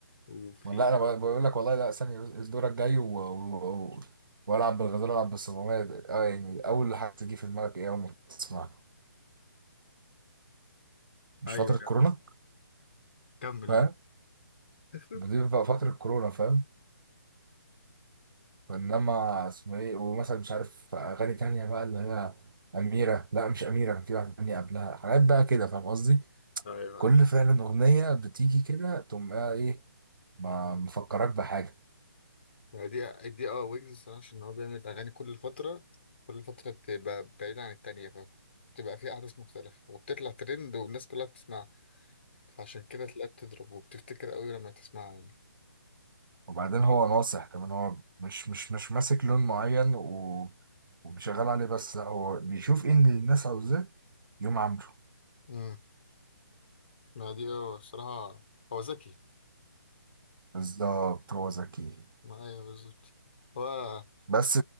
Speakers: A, on the left (about 30°); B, on the right (about 75°).
A: وفي
B: لا انا بقول بقول لك والله لا ثاني دورك جاي و... و... و... والعب بالغزال العب بالصمامية اه يعني اول حاجه تيجي في دماغك ايه اول ما تسمعها مش
A: ايوه
B: فتره كورونا
A: يعني. كمل
B: فاهم
A: يا عم. <laughs>
B: دي ف- فتره كورونا فاهم انما اسمه ايه ومثلا مش عارف اغاني تانية بقى اللي هي اميره لا مش اميره كان في واحده تانية قبلها حاجات بقى كده فاهم قصدي
A: ايوه معاك.
B: كل فعلا اغنيه بتيجي كده تقوم بقى ايه ما مفكرك بحاجه
A: ما دي دي اه ويجز الصراحه عشان هو بيعمل اغاني كل فتره كل فتره بتبقى بعيده عن التانيه فبتبقى في احداث مختلفه وبتطلع ترند والناس كلها بتسمعها فعشان كده تلاقيها بتضرب وبتفتكر قوي لما تسمعها
B: وبعدين هو ناصح كمان هو مش مش مش ماسك لون معين و... وبيشغل عليه بس لا هو بيشوف ايه اللي الناس عاوزاه يقوم عامله
A: يعني ما دي هو الصراحة هو ذكي
B: بالظبط هو ذكي
A: ما أيوه بالظبط هو
B: بس